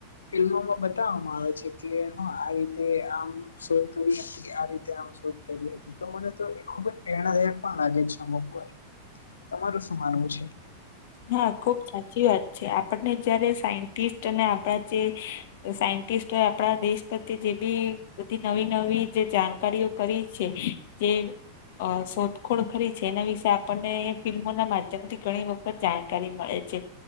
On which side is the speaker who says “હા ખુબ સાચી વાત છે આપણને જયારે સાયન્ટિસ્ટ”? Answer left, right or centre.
Left